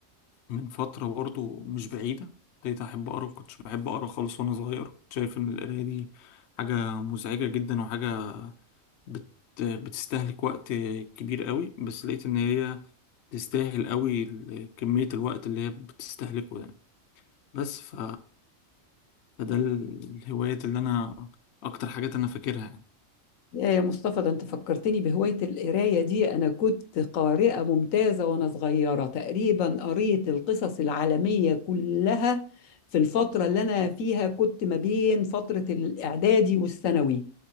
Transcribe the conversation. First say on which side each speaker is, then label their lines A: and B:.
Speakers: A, on the left; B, on the left.
A: من فترة برضه مش بعيدة ابتديت أحب أقرأ كنتش بحب أقرأ خالص وأنا صغير كنت شايف إن القراية دي حاجة مزعجة جدا وحاجة بت... بتستهلك وقت كبير قوي بس لقيت إن هي تستاهل قوي ال- كمية الوقت اللي هي بتستهلكه ده بس ف... فده ال- الهوايات اللي أنا أكتر حاجات أنا فاكرها يعني
B: يا يا مصطفى ده انت فكرتني بهوايه القرايه دي انا كنت قارئه ممتازه وانا صغيره تقريبا قريت القصص العالميه كلها في الفتره اللي انا فيها كنت ما بين فتره الاعدادي والثانوي